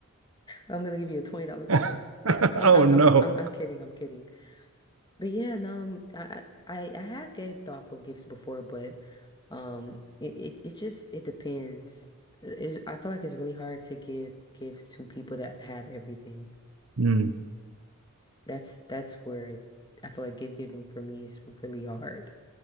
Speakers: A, on the left (about 20°); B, on the right (about 65°).
A: I'm gonna give you a $20 card.
B: <laughs>
A: <laughs> I'm
B: Oh
A: I'm
B: no.
A: I'm I'm I'm kidding, I'm kidding. But yeah, no, um, I I I I have gave thoughtful gifts before, but um it it, it just it depends. It's, I feel like it's really hard to give gifts to people that have everything.
B: Hmm.
A: That's that's where I feel like gift giving for me is really hard.